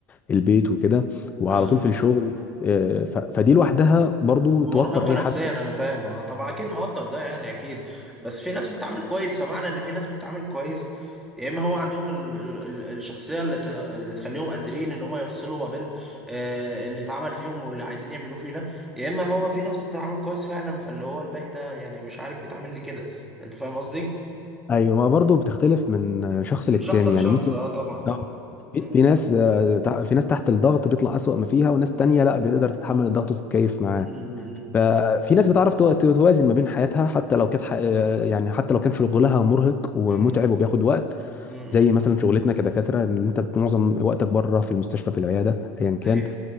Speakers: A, on the left (about 20°); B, in the centre.
A: البيت وكده وعلى
B: آه.
A: طول في الشغل اه، ف- فدي لوحدها برضو
B: مرهقة
A: توتر اي
B: نفسيا
A: حد
B: انا فاهم اه طبعا اكيد مقدر ده يعني اكيد بس في ناس بتتعامل كويس فمعنى ان في ناس بتتعامل كويس يا اما هو عندهم ال ال ال الشخصية اللي, ت اللي تخليهم قادرين ان هم يفصلوا ما بين آه اللي اتعمل فيهم واللي عايزين يعملوه فينا يا اما هو في ناس بتتعامل كويس فعلا فاللي هو الباقي ده يعني مش عارف بيتعامل ليه كده انت فاهم قصدي؟
A: ايوه ما برضه بتختلف من شخص للتاني
B: من شخص لشخص
A: يعني ممكن
B: اه طبعا طبعا
A: اه في
B: امم
A: في ناس آه، تع- في ناس تحت الضغط بيطلع أسوأ ما فيها وناس تانية لا بتقدر تتحمل الضغط وتتكيف معاه
B: امم
A: ففي ناس بتعرف تو- توازن ما بين حياتها حتى لو كانت ح- آه، يعني حتى لو كان شغلها مرهق ومتعب
B: امم
A: وبياخد وقت
B: امم أمم.
A: زي مثلا شغلتنا كدكاترة ان انت معظم وقتك بره في المستشفى في العيادة ايا كان
B: أيوه.